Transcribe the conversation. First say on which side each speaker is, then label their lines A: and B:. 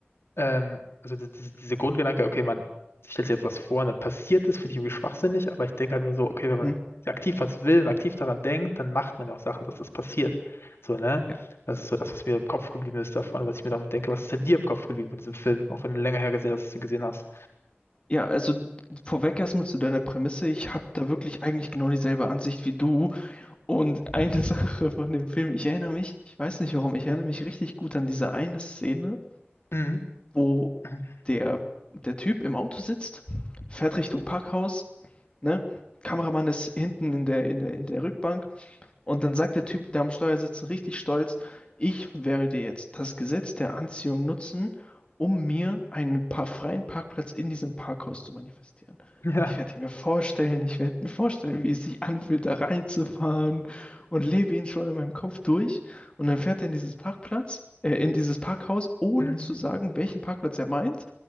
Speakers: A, on the left (about 75°); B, on the left (about 25°).
A: Ähm, also das, das, diese Grundgedanke, okay, man stellt sich jetzt was vor und dann passiert das, finde ich irgendwie schwachsinnig, aber ich denke halt mir so, okay, wenn man
B: Mhm.
A: aktiv was will und aktiv daran denkt, dann macht man ja auch Sachen, dass das passiert. So, ne?
B: ja.
A: Das ist so das, was mir im Kopf geblieben ist davon, was ich mir davon denke, was ist denn dir im Kopf geblieben von diesem Film, auch wenn du länger her gesehen hast, dass du ihn gesehen hast.
B: Ja, also vorweg erstmal zu deiner Prämisse. Ich habe da wirklich eigentlich genau dieselbe Ansicht wie du. Und eine <laughs> Sache von dem Film, ich erinnere mich, ich weiß nicht warum, ich erinnere mich richtig gut an diese eine Szene,
A: Mhm.
B: wo
A: <laughs>
B: der, der Typ im Auto sitzt, fährt Richtung Parkhaus, ne? Kameramann ist hinten in der, in der, in der Rückbank Und dann sagt der Typ, der am Steuer sitzt, richtig stolz, ich werde jetzt das Gesetz der Anziehung nutzen, um mir einen pa freien Parkplatz in diesem Parkhaus zu manifestieren.
A: Ja.
B: Ich werde mir vorstellen, ich werde mir vorstellen, wie es sich anfühlt, da reinzufahren und lebe ihn schon in meinem Kopf durch. Und dann fährt er in dieses Parkplatz, äh, in dieses Parkhaus, ohne
A: Mhm.
B: zu sagen, welchen Parkplatz er meint.